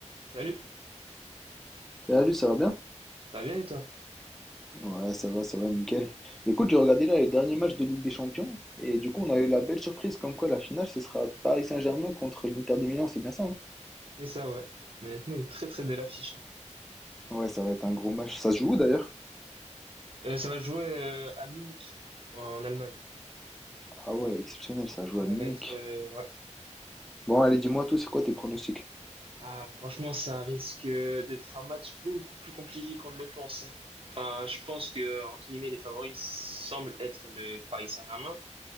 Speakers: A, on the right; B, in the centre.
A: Salut,
B: Salut, ça va bien?
A: ça va bien et toi?
B: Ouais, ça va, ça va, nickel. Écoute, j'ai regardé là les derniers matchs de Ligue des Champions et du coup, on a eu la belle surprise comme quoi la finale, ce sera Paris Saint-Germain contre l'Inter de Milan, c'est bien ça, hein
A: C'est ça, ouais. Mais Honnêtement, une très très belle affiche. hein.
B: Ouais, ça va être un gros match. Ça se joue où, d'ailleurs?
A: Euh, ça va jouer euh, à Munich, en Allemagne.
B: Ah ouais, exceptionnel, ça joue à
A: Ça
B: Munich.
A: va être. euh, ouais.
B: Bon, allez, dis-moi tout, c'est quoi tes pronostics?
A: Ah, franchement, ça risque euh, d'être un match beaucoup plus compliqué qu'on ne le pense. hein. Enfin, je pense que, entre guillemets, les favoris semblent être le Paris Saint-Germain.